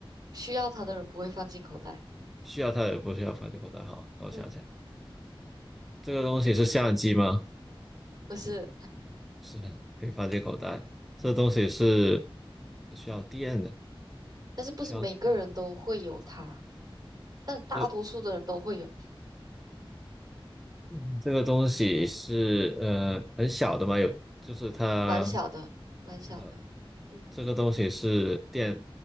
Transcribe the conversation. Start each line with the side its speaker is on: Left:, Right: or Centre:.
Right: 需要它的人不会放进口袋。
Centre: 需要它也不需要放进口袋。好，那我想想，
Right: 嗯，
Centre: 这个东西是相机吗？
Right: 不是，
Centre: 是的，可以放进口袋。这东西是需要电的，
Right: 但是不是每个人都会有它，
Centre: 需要电。
Right: 但大多数的人都会有，
Centre: 这嗯这个东西是呃很小的嘛，有就是它
Right: 蛮小的，蛮小的。
Centre: 很小。
Right: 嗯，
Centre: 这个东西是电